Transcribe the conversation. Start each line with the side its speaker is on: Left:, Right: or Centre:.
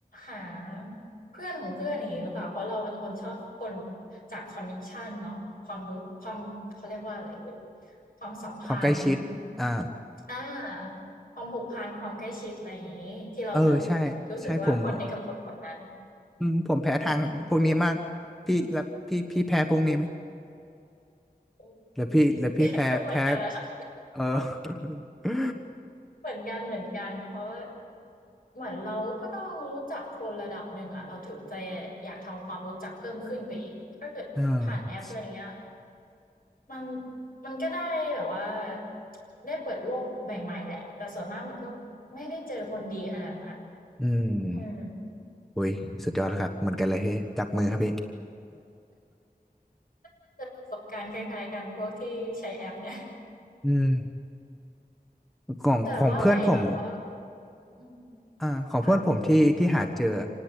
Left: หาเพื่อนของเพื่อนอย่างนี้หรือเปล่าเพราะเราเป็นคนชอบคนจากคอนเนคชันเนาะความรู้ความเขาเรียกว่าอะไรเอ่ยความสัมพันธ์
Centre: ความใกล้ชิดอ่า
Left: อ่าความผูกพันความใกล้ชิดอะไรอย่างงี้ที่เราจะ
Centre: เออใช่ใช่ผม
Left: รู้สึกว่าคอนเนคกับคนคนนั้น
Centre: อืมผมแพ้ทางพวกนี้มากพี่แล้วพี่พี่แพ้พวกนี้ไหม
Left: โอ้
Centre: แล้วพี่แล้วพี่แพ้แพ้
Left: ย <laughs> ก็เหมือนกันแหละค่ะ
Centre: เออ <laughs>
Left: เหมือนกันเหมือนกันเพราะเหมือนเราก็ต้องรู้จักคนระดับหนึ่งอ่ะเราถึงจะอยากทำความรู้จักเพิ่มขึ้นไปอีกถ้าเกิดผ่านแอปอะไรเงี้ย
Centre: อ่า
Left: มันมันก็ได้แบบว่าได้เปิดโลกใหม่ๆแหละแต่ส่วนมากมันก็ไม่ได้เจอคนดีขนาดนั้นอะ
Centre: อืม
Left: อืม
Centre: อุ้ยสุดยอดแล้วครับเหมือนกันเลยพี่จับมือครับพี่
Left: ก็เจอประสบการณ์คล้ายๆกันพวกที่ใช้แอปเนี่ย
Centre: <laughs> อืม
Left: <laughs>
Centre: ของของเพื่อนผม
Left: แต่ว่าไปแบบว่าอืม
Centre: อ่าของเพื่อนผมที่ที่หาเจอ
Left: ค่ะ